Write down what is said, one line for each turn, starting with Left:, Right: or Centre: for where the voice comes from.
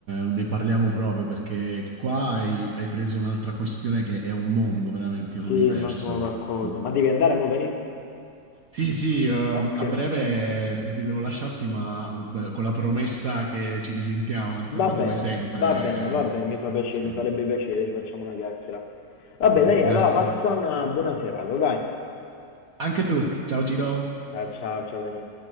Right: ne parliamo proprio perché qua hai, hai preso un'altra questione che è un mondo, veramente, è un
Left: Sì,
Right: universo.
Left: ma sono d'accordo.
Right: Mm.
Left: Ma devi andare, mo, Dani?
Right: Sì, sì, eh, a
Left: Ok.
Right: breve sì, sì, devo lasciarti, ma eh, con la promessa che ci risentiamo, insomma,
Left: Va
Right: come
Left: bene,
Right: sempre,
Left: va bene, va bene, mi
Right: eh,
Left: fa
Right: questi
Left: piacere,
Right: scambi.
Left: mi farebbe piacere, ci facciamo una chiacchiera. Vabbè,
Right: Beh,
Left: Dani,
Right: grazie.
Left: allora passa una buona serata, dai.
Right: Anche tu. Ciao, Ciro.
Left: Ciao ciao ciao Daniele.